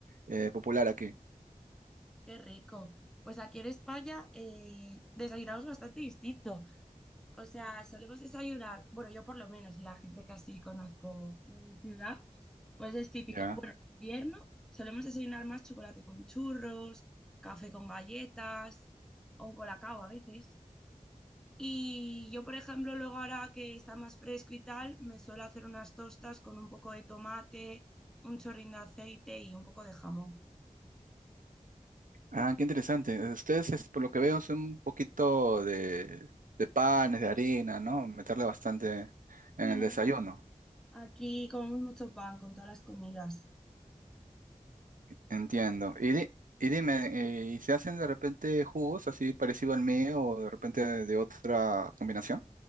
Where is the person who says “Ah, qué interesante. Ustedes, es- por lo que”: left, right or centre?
Right